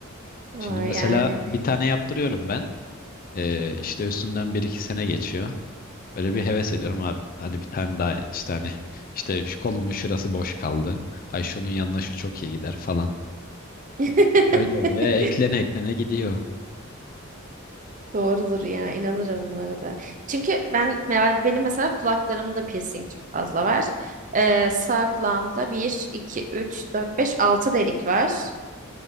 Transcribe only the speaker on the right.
Aa,
yani.
<laughs>
Doğrudur ya inanırım bu arada. Çünkü ben me- benim mesela kulaklarımda piercing çok fazla var. Ee, sağ kulağımda bir 2 3 4 5 6 delik var.